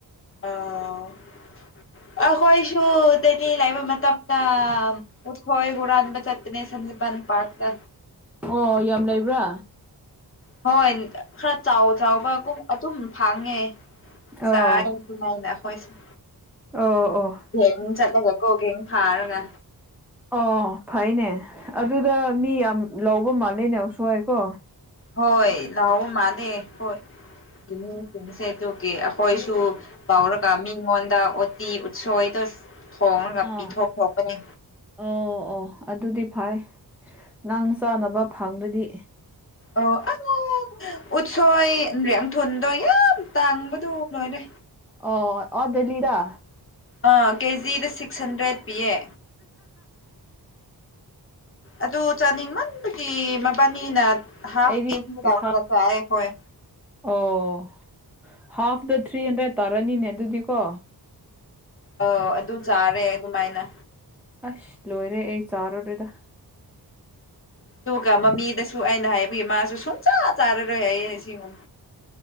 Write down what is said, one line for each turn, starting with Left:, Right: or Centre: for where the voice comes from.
Left: ꯑꯣ ꯑꯩꯈꯣꯏꯁꯨ ꯗꯂꯜꯏ ꯂꯩꯕꯥ ꯃꯇꯝꯗ ꯎꯁꯣꯏ ꯍꯔꯅꯕ ꯆꯠꯇꯅꯦ ꯁꯅꯤꯕ ꯄꯥꯀꯇꯥ
Centre: ꯑꯣ ꯌꯥꯝ ꯂꯩꯕ꯭ꯔꯥ
Left: ꯍꯣꯏ ꯈꯔ ꯆꯥꯎ ꯆꯥꯎꯕ ꯑꯗꯨꯝ ꯐꯥꯡꯉꯦ ꯆꯥꯏ꯫
Centre: ꯑꯧ
Left: ꯁꯨꯃꯥꯏꯅ ꯑꯩꯈꯣꯏꯁꯨꯦ
Centre: ꯑꯣ ꯑꯣ
Left: ꯍꯦꯡ ꯆꯠꯂꯒ ꯀꯣꯒꯦꯡ ꯁꯥꯔꯒ
Centre: ꯑꯣ ꯐꯩꯅꯦ ꯑꯗꯨꯗ ꯃꯤ ꯌꯥꯝ ꯂꯧꯕ ꯃꯥꯜꯂꯦꯅꯦ ꯎꯁꯣꯏꯀꯣ꯫
Left: ꯍꯣꯏ ꯂꯥꯑꯣꯕ ꯃꯥꯜꯂꯦ ꯍꯣꯏꯁꯦ ꯇꯣꯛꯦ꯫ ꯑꯩꯣꯏꯁꯨ ꯐꯥꯎꯔꯒ ꯃꯤꯉꯣꯟꯗ ꯑꯣꯠꯇꯤ ꯎꯁꯣꯏꯗꯣ ꯊꯣꯡꯉꯒ
Centre: ꯑꯥ
Left: ꯄꯤꯊꯣꯛ ꯊꯣꯛꯄꯅꯤ꯫
Centre: ꯑꯣ ꯑꯣ ꯑꯗꯨꯗꯤ ꯐꯩ ꯉꯥꯡ ꯆꯥꯅꯕ ꯐꯪꯗꯗꯤ
Left: ꯑꯣ ꯎꯠꯁꯣꯏ ꯌꯥꯡꯊꯜꯗꯣ ꯌꯥꯝ ꯇꯥꯡꯕꯗꯨꯣ ꯂꯣꯏꯔꯦ꯫
Centre: ꯑꯣ ꯑꯣ ꯗꯂꯗꯥ
Left: ꯑꯥ ꯀꯦꯖꯤꯗ ꯁꯤꯛꯁ ꯍꯟꯗ꯭ꯔꯦꯠ ꯄꯤꯌꯦ꯫ ꯑꯗꯨ ꯆꯥꯅꯤꯡꯃꯟꯕꯒꯤ ꯃꯕꯥꯅꯤꯅ ꯍꯥꯞ
Centre: ꯑꯩꯗꯤ
Left: ꯀꯖꯤ
Centre: ꯄꯩꯁꯥ
Left: ꯂꯥꯑꯣꯔꯒ ꯆꯔꯦ ꯑꯈꯣꯏ꯫
Centre: ꯑꯣ ꯍꯥꯐꯇ ꯊ꯭ꯔꯤ ꯍꯟꯗ꯭ꯔꯦꯠ ꯇꯥꯔꯅꯤꯅꯦ ꯑꯗꯨꯗꯤꯀꯣ꯫
Left: ꯑꯣ ꯑꯗꯨ ꯆꯥꯔꯦ ꯑꯗꯨꯃꯥꯏꯅ
Centre: ꯑꯁ ꯂꯣꯏꯔꯦ ꯑꯩ ꯆꯥꯔꯔꯣꯢꯗ
Left: ꯑꯗꯨꯒ ꯃꯃꯤꯗꯁꯨ ꯑꯩꯅ ꯍꯥꯏꯕꯒꯤ ꯃꯥꯁꯨ ꯁꯨꯡꯆꯥꯥ ꯆꯥꯔꯔꯣꯏ ꯍꯥꯏꯌꯦ ꯁꯤꯒꯨꯝ